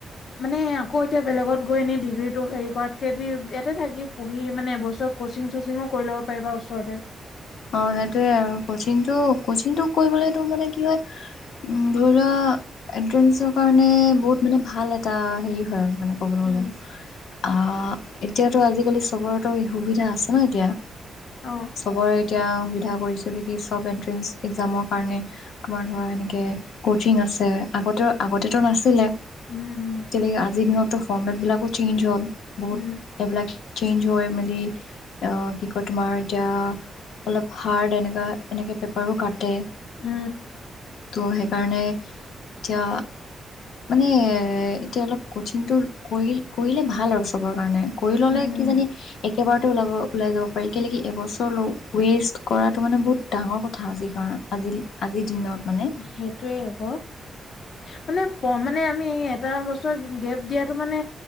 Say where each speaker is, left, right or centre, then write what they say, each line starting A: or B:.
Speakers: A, on the left (about 50°); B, on the left (about 75°).
A: মানে আকৌ এতিয়া বেলেগত গৈ এনেই ডিগ্ৰীটো হেৰি কৰাতকে অতি ইয়াতে থাকি পঢ়ি মানে এবছৰ কচিং চচিঙো কৰি ল'ব পাৰিবা ওচৰতে
B: অ সেইটোৱে আও কচিংটো কচিংটো কৰিবলৈতো মানে কি হয় ধৰি লোৱা এণ্ট্ৰেন্স কাৰণে বহুত মানে ভাল এটা সেই হয় মানে। কবলে
A: উম,
B: গ'লে। আহ এতিয়াতো আজিকালি চবৰেতো সুবিধা আছে ন এতিয়া।
A: অ,
B: চবৰেত এতিয়া সুবিধা কৰিছে যে কি চব এণ্ট্ৰেন্স এগজামৰ কাৰণে তোমাৰ ধৰা এনেকে ক'চিং আছে, আগতে আগতেতো নাছিলে।
A: উম,
B: তেনেকে আজিৰ দিনত তো ফৰ্মেতবিলাকো চেঞ্জ হ'ল। বহুত
A: উম,
B: এবিলাক চেঞ্জ হৈ মেলি আ কি কয় তোমাৰ এতিয়া অলপ হাৰ্ড এনেকুৱা এনেকৈ পেপাৰো কাটে।
A: উ।
B: ত সেইকাৰণে এতিয়া মানে এতিয়া অলপ কচিংটো কৰি কৰিলে ভাল আৰু চবৰ কাৰণে। কৰি ল'লে
A: উম, উম,
B: কিজানি এক- কেইবাৰতো ওলাব ওলাই যাব পাৰি কেলেকি এবছৰ লওঁ ৱেষ্ট কৰাটো মানে বহুত ডাঙৰ কথা আজিৰ কাৰণ আজি আজিৰ দিনত মানে
A: সেইটোয়ে আকৌ মানে মানে আমি এটা বস্তু গেপ দিয়াতটো মানে